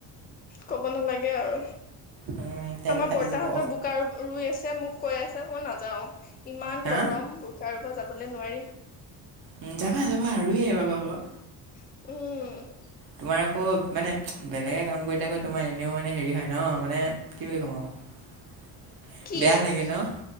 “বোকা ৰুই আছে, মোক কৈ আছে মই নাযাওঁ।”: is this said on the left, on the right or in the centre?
Left